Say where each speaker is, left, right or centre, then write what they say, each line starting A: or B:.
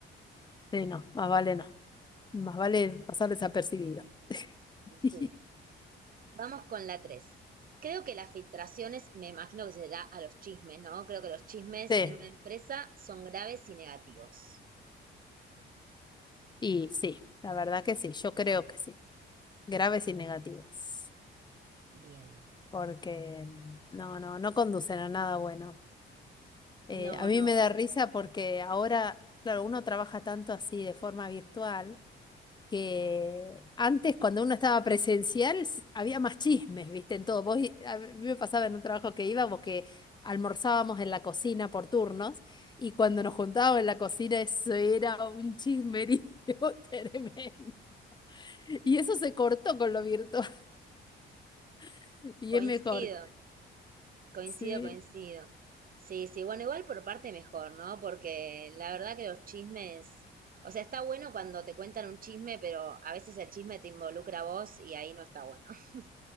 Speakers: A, on the left (about 20°); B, on the right (about 45°).
A: sí, no, más vale no. Más vale pasar desapercibido. <laughs>
B: Sí. Vamos con la tres. Creo que las filtraciones, me imagino que será a los chismes, ¿no? Creo que los chismes
A: Sí,
B: en una empresa son graves y negativos.
A: y sí, la verdad que sí, yo creo que sí. Graves y negativos.
B: Bien.
A: Porque mm, no, no, no conducen a nada bueno. Eh,
B: No,
A: a mí
B: no,
A: me da risa porque ahora, claro, uno trabaja tanto así de forma virtual que antes cuando uno estaba presencial s- había más chismes, ¿viste? En todo. Vos, i- a mí me pasaba en un trabajo que íbamos que almorzábamos en la cocina por turnos y cuando nos juntábamos en la cocina eso era un chismerío <laughs> tremendo. Y eso se cortó con lo virtual <laughs> y
B: coincido.
A: es mejor.
B: Coincido,
A: Sí,
B: coincido. Sí, sí, bueno, igual por parte mejor, ¿no? Porque la verdad que los chismes, o sea, está bueno cuando te cuentan un chisme, pero a veces el chisme te involucra a vos y ahí no está bueno. <laughs>